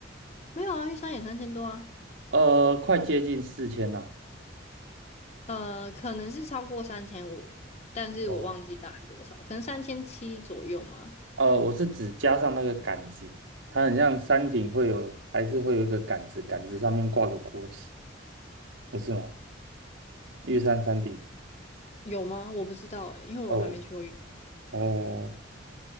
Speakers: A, on the left; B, on the right.
A: 没有啊，玉山也三千多啊，
B: 呃，快接近四千了。
A: 呃，可能是超过三千五，但是我忘记大概多少，
B: 哦，
A: 可能三千七左右吗？
B: 呃，我是指加上那个杆子，它很像山顶会有，还是会有一个杆子，杆子上面挂个国旗，不是吗？玉山山顶
A: 有吗？我不知道哎，因为我还没去过。
B: 哦哦，